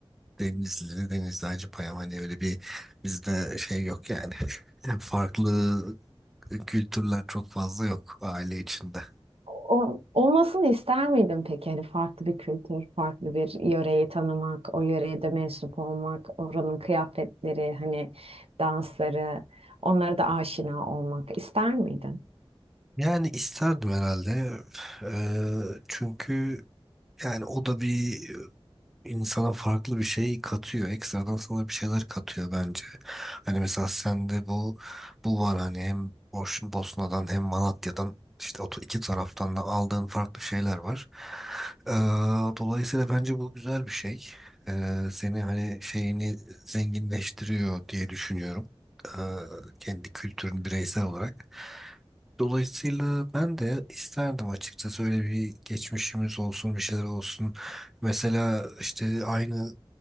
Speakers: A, in the centre; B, on the right.
A: Denizli, Denizli Hacıpayam hani öyle bir bizde şey yok yani. <laughs> Farklı kültürler çok fazla yok aile içinde.
B: O, olmasını ister miydin peki? Hani farklı bir kültür, farklı bir yöreyi tanımak, o yöreye de mensup olmak, oranın kıyafetleri, hani dansları, onlara da aşina olmak ister miydin?
A: Yani isterdim herhalde. Eee, çünkü yani o da bir insana farklı bir şey katıyor. Ekstradan sana bir şeyler katıyor bence. Hani mesela sende bu bu var hani hem Boş, Bosna'dan hem Malatya'dan işte o iki taraftan da aldığın farklı şeyler var. Ee, dolayısıyla bence bu güzel bir şey. Ee, seni hani şeyini zenginleştiriyor diye düşünüyorum. Ee, kendi kültürün bireysel olarak. Dolayısıyla ben de isterdim açıkçası öyle bir geçmişimiz olsun, bir şeyler olsun. Mesela işte aynı